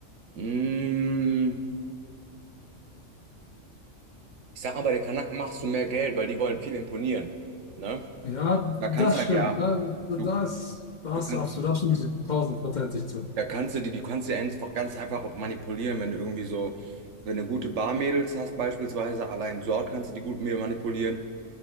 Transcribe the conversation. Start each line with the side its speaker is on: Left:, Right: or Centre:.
Right: Mm, ich sag mal, bei den Kanaken machst du mehr Geld, weil die wollen viel imponieren. Ne?
Left: Ja,
Right: Da
Left: das
Right: kannst du halt,
Left: stimmt.
Right: ja,
Left: Da, da,
Right: du,
Left: da ist, da
Right: du
Left: hast
Right: kannst,
Left: du absolut, da stimme ich dir tausendprozentig zu.
Right: da kannst du die, du kannst du ja einfach ganz einfach auch manipulieren, wenn du irgendwie so, wenn du gute Barmädels hast, beispielsweise, allein dort kannst du die gut manipulieren.